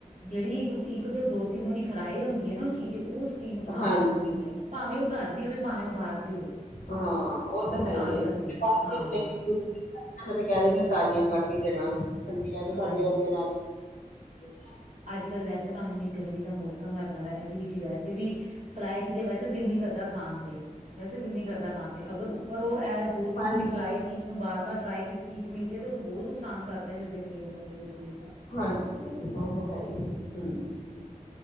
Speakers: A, on the right; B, on the left.
A: ਜਿਹੜੀ ਇੱਕ, ਇੱਕ, ਦੋ-ਦੋ, ਤਿੰਨ ਵਾਰੀ ਫਰਾਈ ਹੁੰਦੀ ਐ ਨਾ ਉਹ ਚੀਜ਼ ਉਹ ਚੀ ਨੁਕਸਾਨ
B: ਹਾਂਜੀ,
A: ਹੋ ਜਾਂਦੀ ਆ, ਭਾਵੇਂ ਉਹ ਘਰ ਦੀ ਭਾਵੇਂ ਉਹ ਬਾਹਰ ਦੀ ਹੋਵੇ।
B: ਹਾਂ ਉਹ ਤਾਂ
A: ਨੁਕਸਾਨ
B: ਹੈ ਹੀ
A: ਕਰਦੀ
B: ਆ, ਜਲੇਬੀ-ਜਲੂਬੀ'
A: ਹੈ ਹਾਂ
B: ' <unintelligible> ਮੈਂ ਕਹਿ ਦਿੰਨੀਆ ਤਾਜ਼ੀਆਂ ਕੱਢ ਕੇ ਦੇਣਾ, ਠੰਡੀਆਂ ਨੀ
A: ਹਾਂਜੀ
B: ਖਾਦੀਆਂ ਜਾਂਦੀਆ' ' <unintelligible>
A: ਅੱਜ-ਕੱਲ੍ਹ ਵੈਸੇ ਤੁਹਾਨੂੰ ਨੀ ਗਰਮੀ ਦਾ ਮੌਸਮ ਹੈਗਾ ਵਾ ਇਹਦੇ ਵਿੱਚ ਵੈਸੇ ਵੀ ਫਰਾਈ ਚੀਜ਼ਾਂ ਵੈਸੇ ਦਿਲ ਨੀ ਕਰਦਾ ਖਾਣ ਤੇ, ਵੈਸੇ ਦਿਲ ਨੀ ਕਰਦਾ ਖਾਣ ਤੇ ਅਗਰ ਉੱਪਰ ਉਹ ਐ ਦੋ, ਤਿੰਨ
B: ਹਾਂਜੀ
A: ਵਾਰੀ ਫਰਾਏ
B: ਉਹ ਤਾਂ
A: ਚੀ ਬਾਰ-ਬਾਰ ਫਰਾਈ ਕੀਤੀ ਚੀਜ਼ ਮਿਲ ਜਾ ਤੇ ਉਥੇ ਹੋਰ ਕਰਦੇ ਸਾਡੇ ਨੂੰ ਉੱਹਤੇ ਬਿਲਕੁਲ।
B: ਹਾਂਜੀ, ਹਾਂ ਉਹ ਤਾਂ ਹੈ ਹੀ।